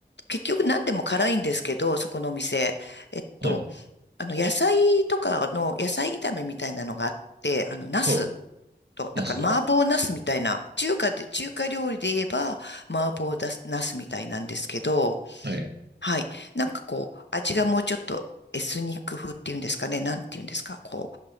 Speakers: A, on the left; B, on the right.
A: 結局何でも辛いんですけど、そこのお店。えっと、
B: はい。
A: あの、野菜とかの、野菜炒めみたいなのがあって、あの、ナス
B: はい。
A: と、
B: ナス。
A: だから麻婆ナスみたいな、中華で、中華料理で言えば麻婆だナスみたいなんですけど、
B: はい。
A: はい。なんかこう、味がもうちょっとエスニック風っていうんですかね、なんていうんですか、こ